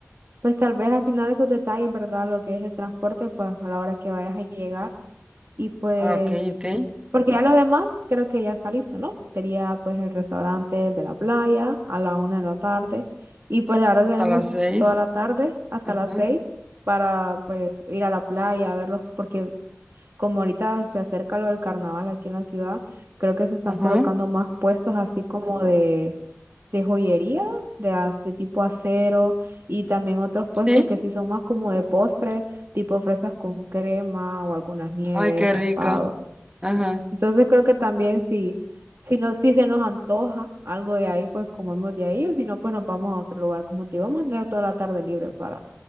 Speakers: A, on the right; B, on the right.
A: pues tal vez afinar esos detalles, ¿verdad? Lo que es el transporte, pues a la hora que vayas a llegar. Y pues,
B: Ah, ok, ok.
A: porque ya lo demás creo que ya está listo, ¿no? Sería pues el restaurante, el de la playa, a la una de la tarde. Y pues la verdad
B: Hasta
A: tenemos
B: las seis.
A: toda la tarde hasta
B: Ajá,
A: las seis para pues ir a la playa, a verlos, porque como ahorita se acerca lo del carnaval aquí en la ciudad, creo que se están
B: ajá.
A: colocando más puestos así como de, de joyería, de, as- de tipo acero, y también otros puestos
B: Sí.
A: que sí son más como de postre, tipo fresas con crema o algunas nieves,
B: Ay, qué
A: raspado.
B: rico. Ajá.
A: Entonces creo que también si, si, no, si se nos antoja algo de ahí, pues comemos de ahí, o si no, pues nos vamos a otro lugar. Como te digo, vamos a tener toda la tarde libre para,